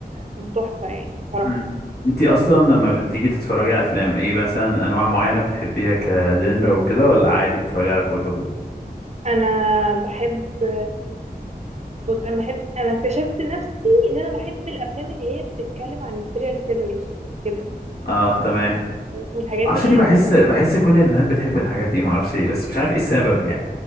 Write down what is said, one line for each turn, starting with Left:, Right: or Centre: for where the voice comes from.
Right: كان تحفة يعني بصراحة
Left: امم انتي اصلا لما بتيجي تتفرجي على افلام ايه مثلا انواع معينة بتحبيها كجنرا وكده ولا عادي بتتفرجي على كله
Right: انا بحب بص انا بحب انا اكتشفت نفسي ان انا بحب الافلام اللي هي بتتكلم عن السيريال كيلرز كده
Left: اه تمام
Right: والحاجات
Left: معرفش
Right: اللي
Left: ليه بحس
Right: وبحب-
Left: بحس كل البنات بتحب الحاجات دي معرفش ليه بس مش عارف ايه السبب يعني